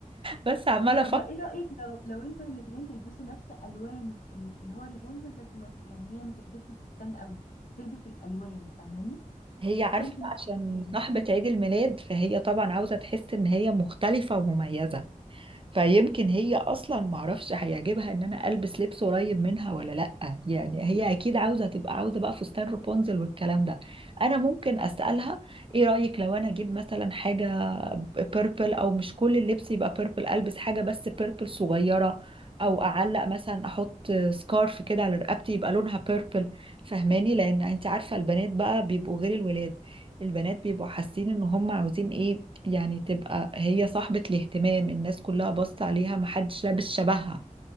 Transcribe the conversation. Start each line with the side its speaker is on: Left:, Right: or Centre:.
Right: بس عمالة
Left: طب
Right: افكر
Left: ما ايه رأيك لو لو انتوا الاتنين تلبسوا نفس الوان ال- اللي هو ريبونزل بس ما ت- يعني هي ما تلبسش الفستان قوي تلبس الالوان فاهماني
Right: هي عارفة
Left: وانتي
Right: بقى
Left: نفس
Right: عشان
Left: الكلام
Right: صاحبة عيد الميلاد فهي طبعا عاوزة تحس ان هي مختلفة ومميزة فيمكن هي اصلا معرفش هيعجبها ان انا البس لبس قريب منها ولا لأ يعني هي اكيد عاوزة تبقى عاوزة بقى فستان رابونزل والكلام ده انا ممكن اسألها ايه رأيك لو انا اجيب مثلا حاجة بيربل او مش كل اللبس يبقى بيربل البس حاجة بس بيربل صغيرة او اعلق مثلا احط سكارف كده على رقبتي يبقى لونها بيربل فهماني لان انت عارفة البنات بقى بيبقوا غير الولاد البنات بيبقوا حاسين ان هم عاوزين ايه يعني تبقى هي صاحبة الاهتمام الناس كلها باصة عليها محدش لابس شبهها